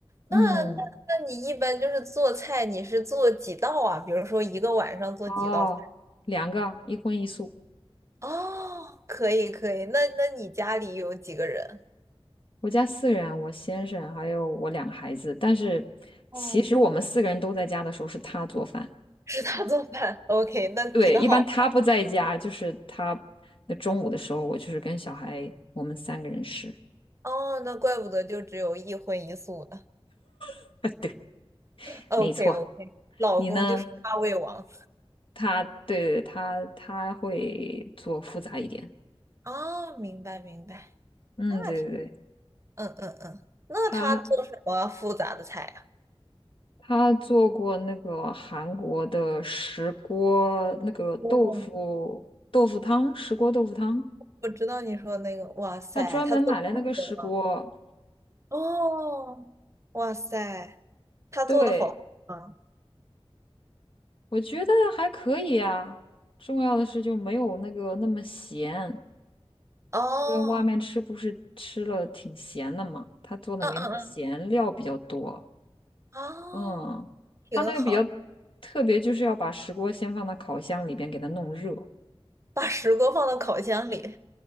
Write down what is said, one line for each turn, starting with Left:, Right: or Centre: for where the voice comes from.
Left: 嗯，
Right: 那那那你一般就是做菜，你是做几道啊？比如说一个晚上做几道菜？
Left: 哦，两个，一荤一素。
Right: 哦，可以可以，那那你家里有几个人？
Left: 我家四个人，我先生还有我两个孩子，但是其实我们四个人都在家的时候是他做饭。
Right: 哦，是他做饭，OK，那挺好。
Left: 对，一般他不在家，就是他那中午的时候，我就是跟小孩，我们三个人吃。
Right: 哦，那怪不得就只有一荤一素呢。
Left: <laughs> 对，
Right: <laughs> OK
Left: 没错。
Right: OK，老公就是大胃王。
Left: 你呢？他对他他会做复杂一点。
Right: 哦，明白明白，
Left: 嗯，
Right: 那挺，
Left: 对对对，
Right: 嗯嗯嗯，那他做什么复杂的菜啊？
Left: 他他做过那个韩国的石锅那个豆腐豆腐汤，
Right: 哦
Left: 石锅豆腐汤，
Right: 我知道你说的那个，哇塞，
Left: 他专门买了那个石锅。
Right: 他做的好喝吗？哦，哇塞，他做的好喝吗？
Left: 对，我觉得还可以啊。重要的是就没有那个那么咸。
Right: 哦，
Left: 因为外面吃不是吃了挺咸的嘛，他做的没那么咸，
Right: 嗯嗯嗯，
Left: 料比较多。
Right: 哦，
Left: 嗯，
Right: 挺好，
Left: 他那个比较特别，就是要把石锅先放到烤箱里边给它弄热，
Right: 把石锅放到烤箱里，